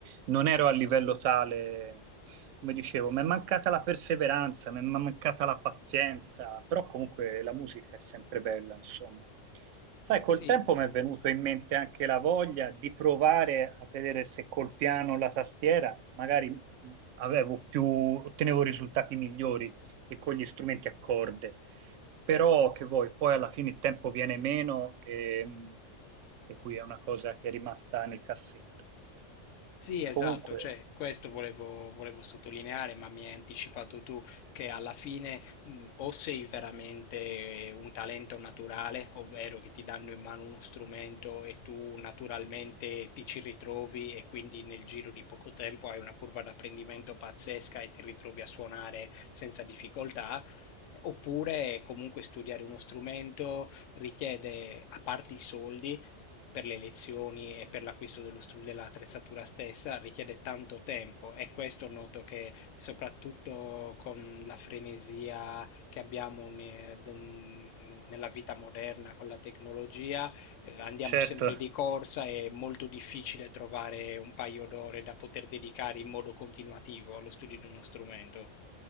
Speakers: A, on the right; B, on the left.
A: non ero a livello tale. come dicevo, mi è mancata la perseveranza, mi è mancata la pazienza, però comunque la musica è sempre bella, insomma. Sai, col
B: Sì.
A: tempo mi è venuto in mente anche la voglia di provare a vedere se col piano o la tastiera magari avevo più, ottenevo risultati migliori che con gli strumenti a corde. Però che vuoi, poi alla fine il tempo viene meno, e, per cui è una cosa che è rimasta nel cassetto.
B: Sì, esatto,
A: Comunque,
B: cioè, questo volevo, volevo sottolineare, ma mi hai anticipato tu che alla fine mh, o sei veramente un talento naturale, ovvero che ti danno in mano uno strumento e tu naturalmente ti ci ritrovi e quindi nel giro di poco tempo hai una curva d'apprendimento pazzesca e ti ritrovi a suonare senza difficoltà. Oppure comunque studiare uno strumento richiede, a parte i soldi, per le lezioni e per l'acquisto dello stru- dell'attrezzatura stessa richiede tanto tempo e questo noto che soprattutto con la frenesia che abbiamo ne- den- nella vita moderna, con la tecnologia, eh, andiamo
A: certo,
B: sempre di corsa, è molto difficile trovare un paio d'ore da poter dedicare in modo continuativo allo studio di uno strumento.